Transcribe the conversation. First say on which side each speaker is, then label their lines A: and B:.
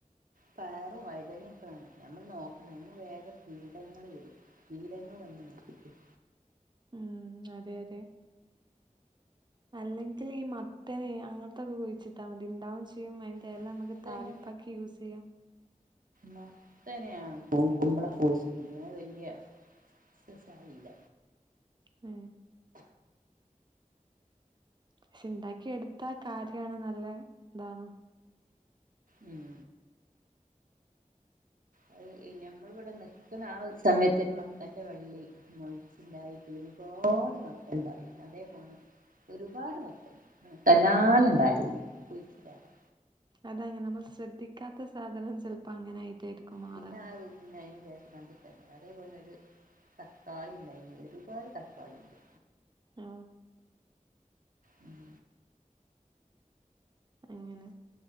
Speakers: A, on the right (about 90°); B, on the right (about 35°).
A: പയറ് വഴുതനങ്ങ ഞമ്മൾ നോക്കണം ഇല്ലെങ്കിൽ വേഗം കീടങ്ങൾ വരും കീടങ്ങൾ വന്ന് നശിപ്പിക്കും
B: ഉം അതെ അതെ അല്ലെങ്കിൽ ഈ മത്തനെ അങ്ങനത്തൊക്കെ കുഴിച്ചിട്ടാൽ മതി ഉണ്ടാവ അതിന്റെ
A: മത്തന്
B: ഇല നമുക്ക് താളിപ്പാക്കി യൂസ് ചെയ്യാം
A: മത്തനെ കുമ്പളം കുഴിച്ചിട്ട് അത് വലിയ സക്സസ് ആയില്ല
B: ആ പക്ഷെ ഉണ്ടാക്കി എടുത്ത കാര്യാണ് നല്ല ഇതാണ്
A: ഉം അത് ഞമ്മളിവിടെ നിക്കുന്ന ആ ഒരു സമയത്ത് ഒരു മത്തന്റെ വള്ളി മൊളച്ചുണ്ടായിട്ട് ഒരുപാട് മത്തനുണ്ടായി അതേ പോണ ഒരുപാട് മത്തൻ തന്നാലുണ്ടായി കുഴിച്ചിടാതെ
B: അതങ്ങനെ നമ്മൾ ശ്രദ്ധിക്കാത്ത സാധനം ചിലപ്പോ അങ്ങനെ ആയിട്ടായിരിക്കും മാറാ
A: പിന്നെ ആ പിന്നെ അതിന് ശേഷം കണ്ടിട്ടന്ന അതേപോലെത്തന്നെ തക്കാളി ഉണ്ടായി ഒരുപാട് തക്കാളി ഉണ്ട്
B: ആ
A: ഉം
B: അങ്ങനെ